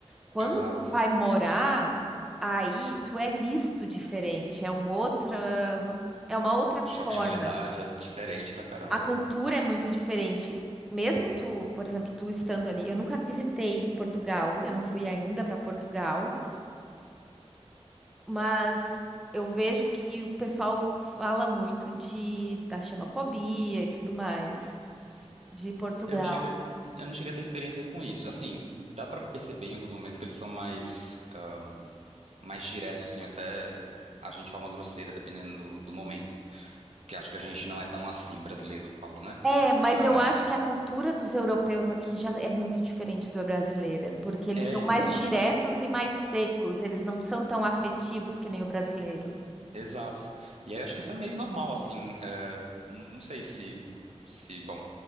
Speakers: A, in the centre; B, on the right (about 70°).
A: Quando
B: exato.
A: tu vai morar, aí tu é visto diferente, é um outra, é uma outra forma.
B: Choque de realidade é diferente pra caramba.
A: A cultura é muito diferente. Mesmo tu, por exemplo, tu estando ali, eu nunca visitei Portugal, eu não fui ainda para Portugal, mas eu vejo que o pessoal fala muito de da xenofobia e tudo mais de Portugal.
B: Eu não cheguei a, eu não cheguei a ter experiência com isso. Assim, dá pra perceber em alguns momentos que eles são mais, eh, mais diretos, assim, até a gente fala uma grosseira, dependendo do, do momento. Que acho que a gente não é tão assim, o brasileiro, eu falo, né?
A: É, mas
B: Ah,
A: eu acho que a cultura dos europeus aqui já é muito diferente da brasileira, porque eles
B: é,
A: são
B: então.
A: mais diretos e mais secos, eles não são tão afetivos que nem o brasileiro.
B: Exato. E aí acho que isso é meio normal, assim. eh, n- não sei se, se, bom,